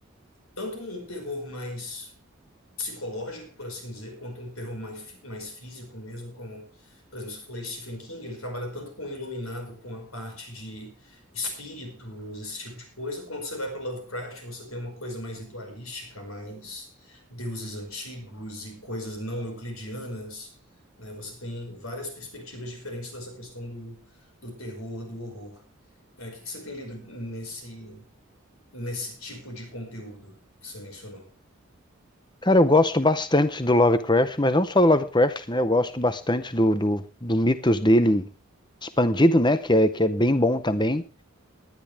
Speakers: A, on the left; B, on the left.
A: tanto um terror mais psicológico, por assim dizer, quanto um terror mais, fí- mais físico mesmo, como, por exemplo, se eu falei Stephen King, ele trabalha tanto com o iluminado, com a parte de espíritos, esse tipo de coisa, quando você vai para Lovecraft, você tem uma coisa mais ritualística, mais deuses antigos e coisas não euclidianas, né? Você tem várias perspectivas diferentes dessa questão do, do terror, do horror. É, o que que você tem lido nesse, nesse tipo de conteúdo que você mencionou?
B: cara, eu gosto bastante do Lovecraft, mas não só do Lovecraft, né? Eu gosto bastante do, do, do mitos dele expandido, né? Que é, que é bem bom também.